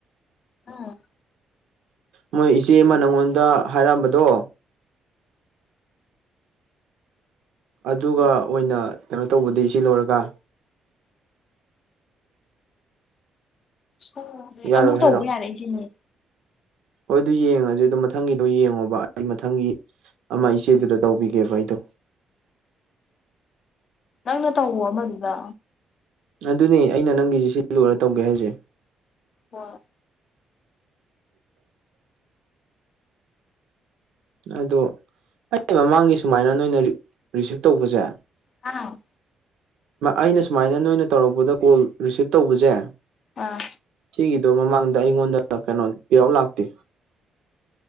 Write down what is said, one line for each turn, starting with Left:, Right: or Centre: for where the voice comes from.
Left: ꯎꯝ
Right: ꯃꯣꯏ ꯏꯆꯦ ꯑꯃ ꯅꯪꯉꯣꯟꯗ ꯍꯥꯏꯔꯑꯝꯕꯗꯣ ꯑꯗꯨꯒ ꯑꯣꯏꯅ ꯀꯩꯅꯣ ꯇꯧꯕꯗꯤ ꯁꯤ ꯂꯣꯏꯔꯒ
Left: ꯁ
Right: ꯌꯥꯔꯣꯏ
Left: ꯑꯃꯨꯛ ꯇꯧꯕ
Right: ꯍꯥꯏꯔꯣ
Left: ꯌꯥꯔꯛꯢꯁꯤꯅꯤ
Right: ꯍꯣꯏ ꯑꯗꯨ ꯌꯦꯡꯉꯖꯦ ꯑꯗꯨꯝ ꯃꯊꯪꯒꯤꯗꯣ ꯌꯦꯡꯉꯣꯕ ꯑꯩ ꯃꯊꯪꯒꯤ ꯑꯃ ꯏꯆꯦꯗꯨꯗ ꯇꯧꯕꯤꯒꯦꯕ ꯑꯩꯗꯣ
Left: ꯅꯪꯅ ꯇꯧꯋꯣ ꯑꯃꯗꯨꯗ
Right: ꯑꯗꯨꯅꯦ ꯑꯩꯅ ꯅꯪꯒꯤꯁꯦ ꯁꯤ ꯂꯣꯏꯔ ꯇꯧꯒꯦ ꯍꯥꯏꯁꯦ
Left: ꯍꯣꯢ
Right: <unintelligible> ꯑꯗꯣ ꯑꯩ ꯃꯃꯥꯡꯒꯤ ꯁꯨꯃꯥꯏꯅ ꯅꯣꯏꯅ ꯔꯤꯁꯤꯞ ꯇꯧꯕꯁꯦ
Left: ꯍꯥ
Right: ꯑꯩꯅ ꯁꯨꯃꯥꯏꯅ ꯅꯣꯏꯅ ꯇꯧꯔꯛꯄꯗ ꯀꯣꯜ ꯔꯤꯁꯤꯞ ꯇꯧꯕꯁꯦ
Left: ꯑꯥ
Right: ꯁꯤꯒꯤꯗꯣ ꯃꯃꯥꯡꯗ ꯑꯩꯉꯣꯟꯗ ꯀꯩꯅꯣ ꯄꯌꯥꯎ ꯂꯥꯛꯇꯦ